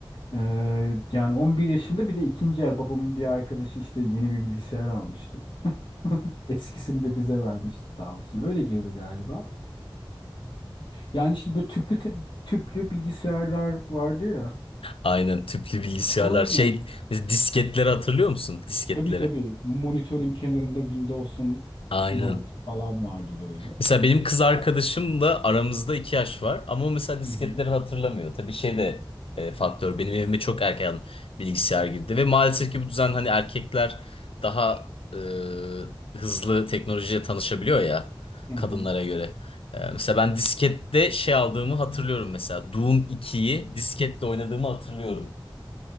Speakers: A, on the left; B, on the left.
A: Ee, yani 11 yaşında bir de ikinci el babamın bir arkadaşı işte yeni bir bilgisayar almıştı. Eskisini de bize vermişti sağ olsun. Öyle girdi galiba. Yani işte böyle tüplü te- tüplü bilgisayarlar vardı ya.
B: Aynen tüplü bilgisayarlar
A: Aynen.
B: şey biz disketleri hatırlıyor musun? Disketleri.
A: Tabii tabii. Monitörün kenarında Windows'un
B: Aynen.
A: logosu falan vardı böyle.
B: Mesela benim kız arkadaşımla aramızda iki yaş var ama o mesela disketleri
A: Hı hı.
B: hatırlamıyor. Tabii şey de e, faktör. Benim evime çok erken bilgisayar girdi ve maalesef ki bu düzen hani erkekler daha e, hızlı teknolojiye tanışabiliyor ya
A: Hı
B: kadınlara
A: hı.
B: göre. E, mesela ben diskette şey aldığımı hatırlıyorum mesela. Doom ikiyi disketle oynadığımı hatırlıyorum.